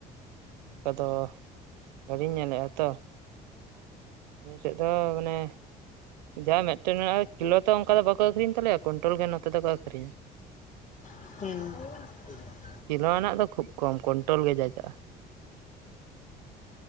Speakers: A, on the right; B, on the left.
A: <inaudible> ᱟᱫᱚ <inaudible> ᱵᱟᱞᱤᱧ ᱧᱮᱞᱮᱫᱼᱟ ᱛᱚ ᱾
B: <inaudible>
A: ᱟᱹᱞᱤᱧ ᱥᱮᱫ ᱫᱚ ᱢᱟᱱᱮ ᱡᱟᱦᱟᱸ ᱢᱤᱫᱴᱮᱱ ᱢᱮᱱᱟᱜᱼᱟ ᱠᱤᱞᱳ ᱛᱚ ᱚᱱᱠᱟ ᱫᱚ ᱵᱟᱠᱚ ᱟᱹᱷᱨᱤᱧ ᱛᱟᱞᱮᱭᱟ ᱠᱩᱭᱱᱴᱟᱞ ᱜᱮ ᱱᱚᱛᱮ ᱫᱚᱠᱚ ᱟᱠᱷᱨᱤᱧᱟ ᱾ <inaudible>
B: ᱦᱩᱸ ᱾
A: ᱠᱤᱞᱳ ᱟᱱᱟᱜ ᱫᱚ ᱠᱷᱩᱵ ᱠᱚᱢ ᱠᱚᱱᱴᱳᱞ ᱜᱮ ᱡᱟ ᱪᱟᱞᱟᱜᱼᱟ ᱾